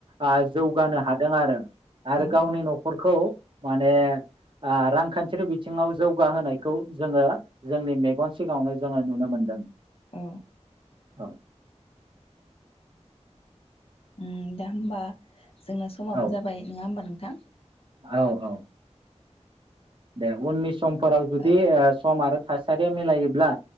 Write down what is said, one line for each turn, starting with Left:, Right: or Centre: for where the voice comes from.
Right: आ जौगानो हाद दों आरो। आरो
Left: औ
Right: गावनि
Left: औ
Right: न'खरखौ माने ओ रां रांखान्थिारि बिथिङाव जौगाहोनायखौ जोङो जोंनि मेगन सिगाङावनो जोङो नुनो मोनदों।
Left: उम
Right: औ <inaudible>
Left: उम दा होमबा जोंना समाबो
Right: औ
Left: जाबाय नङा होमबा नों थां
Right: औ औ। दे उननि सम फोराव जुदि
Left: औ
Right: ओ सम आरो थासारिया मिलायोब्ला